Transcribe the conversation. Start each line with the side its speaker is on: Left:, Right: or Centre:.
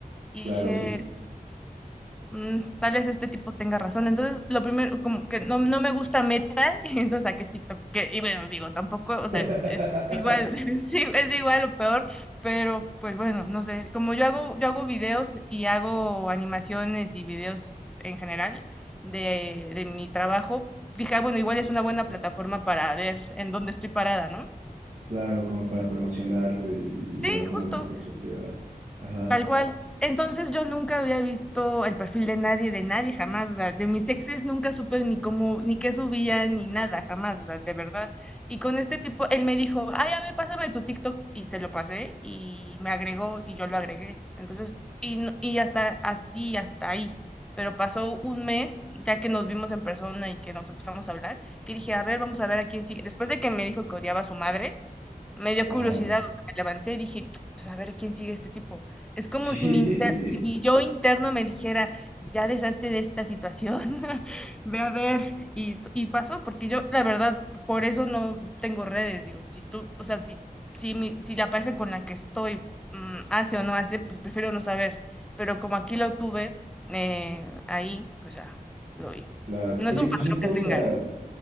Centre: Y
Right: claro,
Centre: dije,
Right: sí.
Centre: mm, tal vez este tipo tenga razón. Entonces, lo primero, como que no, no me gusta Meta, <laughs> y entonces saqué TikTok, que, y bueno, digo, tampoco,
Right: <laughs>
Centre: o sea, es igual, <laughs> sí, es igual o peor, pero pues bueno, no sé, como yo hago, yo hago videos y hago animaciones y videos en general de, de mi trabajo, dije, "Ah, bueno, igual es una buena plataforma para ver en dónde estoy parada, ¿no?
Right: Claro, como para promocionarte y, y
Centre: Sí,
Right: ver como
Centre: justo.
Right: otras perspectivas. Ajá,
Centre: Tal cual. Entonces yo nunca había visto el perfil de nadie, de nadie jamás. O sea, de mis exes nunca supe ni cómo, ni qué subían, ni nada, jamás. O sea, de verdad. Y con este tipo, él me dijo, ay, a ver, pásame tu TikTok. Y se lo pasé y me agregó y yo lo agregué. Entonces, y, no- y hasta así, hasta ahí. Pero pasó un mes, ya que nos vimos en persona y que nos empezamos a hablar, que dije, a ver, vamos a ver a quién sigue. Después de que me dijo que odiaba a su madre me dio
Right: ajá,
Centre: curiosidad, o sea, me levanté y dije, pues a ver quién sigue este tipo. Es como
Right: sí,
Centre: si mi, inter-
Right: <laughs>
Centre: si mi yo interno me dijera, ya deshazte de esta situación, <laughs> ve a ver, y, t- y pasó, porque yo, la verdad, por eso no tengo redes, digo, si tú, o sea, si, si, mi- si la pareja con la que estoy mm, hace o no hace, pues prefiero no saber, pero como aquí lo tuve, eh, ahí, pues ya, lo vi.
Right: claro.
Centre: No
Right: Oye,
Centre: es un
Right: pues
Centre: patrón
Right: siento,
Centre: que tenga,
Right: o sea,
Centre: ¿eh?